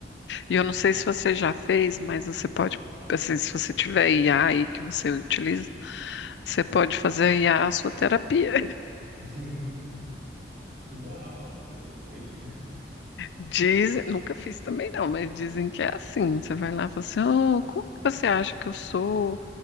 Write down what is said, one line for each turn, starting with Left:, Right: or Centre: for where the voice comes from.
Left: E eu não sei se você já fez, mas você pode, assim, se você tiver IA aí que você utiliza, você pode fazer a IA a a sua terapia.
Right: <laughs> Uau, nunca testei. <laughs>
Left: Dizem, nunca fiz também não, mas dizem que é assim. Você vai lá e fala assim, "Ah, como que você acha que eu sou?